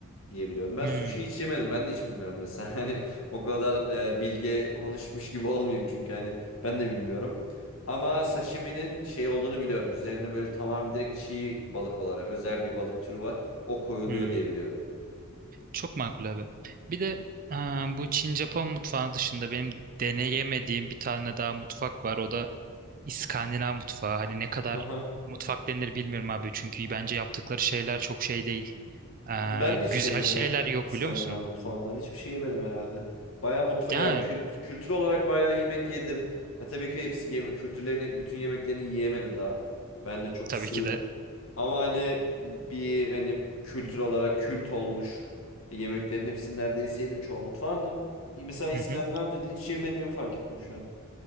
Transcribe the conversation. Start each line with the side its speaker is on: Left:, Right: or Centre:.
Left: diyebiliyorum. Ben
Right: Hmm,
Left: sushi hiç yemedim. Ben de hiç bilmiyorum mesela. <laughs> Hani o kadar e, bilge konuşmuş gibi olmayayım çünkü hani ben de bilmiyorum. Ama sashimi'nin şey olduğunu biliyorum. Üzerine böyle tamamen direkt çiğ balık olarak özel bir balık türü var. O koyuluyor
Right: hmm.
Left: diye biliyorum.
Right: Çok makul abi. Bir de aa, bu Çin-Japon mutfağı dışında benim deneyemediğim bir tane daha mutfak var. O da İskandinav mutfağı. Hani ne kadar
Left: Aha.
Right: mutfak denir bilmiyorum abi. Çünkü bence yaptıkları şeyler çok şey değil. Aa,
Left: Ben
Right: güzel
Left: de hiç yemedim
Right: şeyler
Left: ya.
Right: yok
Left: İskandinav
Right: biliyor musun?
Left: mutfağından hiçbir şey yemedim herhalde. Bayağı mutfa
Right: Ya
Left: yani kült- kültür olarak bayağı yemek yedim. Ha, tabii ki hepsi yeme kültürlerini bütün yemeklerini yiyemedim daha. Ben de çok
Right: tabii
Left: sığ
Right: ki de.
Left: Ama hani bir hani kültür olarak kült olmuş e, yemeklerin hepsini neredeyse yedim çoğu mutfağında. Mesela İskandinav
Right: Hı hı.
Left: dediğin hiç yemediğimi fark ettim şu an.